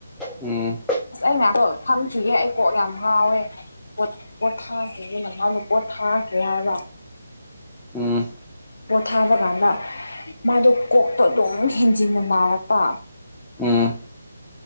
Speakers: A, in the centre; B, on the left.
A: ꯎꯝ
B: ꯑꯁ ꯑꯩ ꯉꯥꯛꯇꯣ ꯐꯝꯈꯤꯒꯦ ꯑꯩ ꯀꯣꯛ ꯌꯥꯝ ꯉꯥꯎꯋꯦ ꯄꯣꯊꯥꯈꯤꯒꯤ ꯅꯁꯥꯗꯣ ꯄꯣꯊꯥꯀꯦ ꯍꯥꯏꯕ
A: ꯎꯝ
B: ꯄꯣꯊꯥꯕ ꯀꯥꯟꯗ ꯃꯥꯗꯣ ꯀꯣꯛꯇꯣ ꯑꯗꯨꯝ ꯍꯦꯟꯖꯤꯟꯅ ꯅꯥꯔꯛꯄ
A: ꯎꯝ